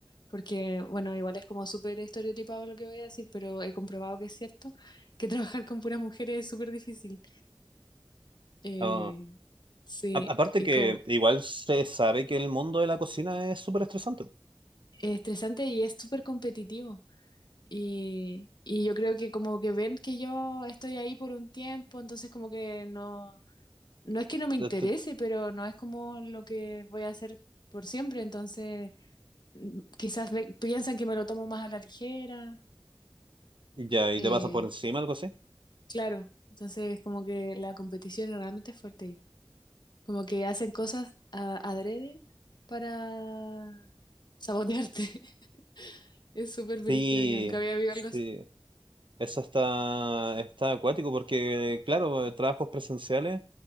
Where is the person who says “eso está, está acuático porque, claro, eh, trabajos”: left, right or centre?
Right